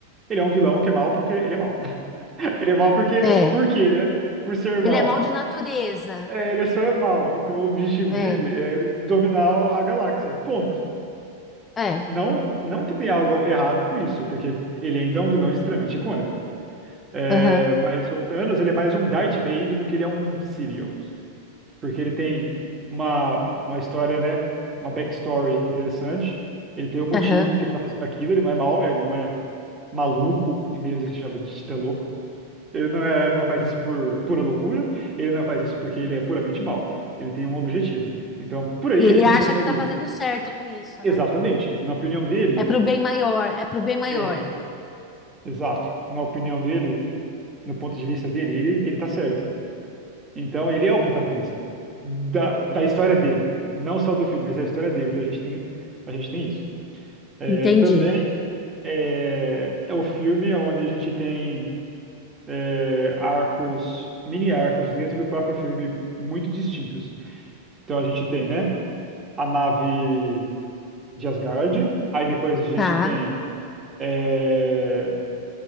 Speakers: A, on the right; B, on the left.
A: ele é um vilão que é mal porque ele é mal. <laughs> Ele é mal porque,
B: É.
A: por quê, né? Por ser mal.
B: Ele é mal de natureza.
A: É, ele é só é mal. Então o objetivo
B: É,
A: dele é dominar a galáxia. Ponto.
B: é.
A: Não, não que tenha algo errado com isso, porque ele ainda é um vilão extremamente icônico. É,
B: Aham,
A: mas o Thanos, ele é mais um Darth Vader do que ele é um Sirius. Porque ele tem uma, uma história, né? Uma backstory interessante. Ele tem um motivo
B: aham.
A: porque ele tá fazendo aquilo. Ele não é mau, ele não é maluco. E mesmo ele se chama de titã louco. Ele não é, ele não faz isso por pura loucura. Ele não faz isso porque ele é puramente mau. Ele tem um objetivo. Então, por aí
B: E ele
A: a gente
B: acha
A: consegue...
B: que tá fazendo certo com isso,
A: Exatamente.
B: né?
A: Na opinião dele...
B: É pro bem maior, é pro bem maior.
A: é, Exato. Na opinião dele, no ponto de vista dele, ele, ele tá certo. Então, ele é o protagonista da, da história dele. Não só do filme, mas da história dele. Então, a gente tem, a gente tem isso. É,
B: Entendi.
A: também é, é o filme onde a gente tem é, arcos, mini arcos dentro do próprio filme muito distintos. Então, a gente tem, né, a nave de Asgard. Aí, depois, a gente
B: Tá,
A: tem é,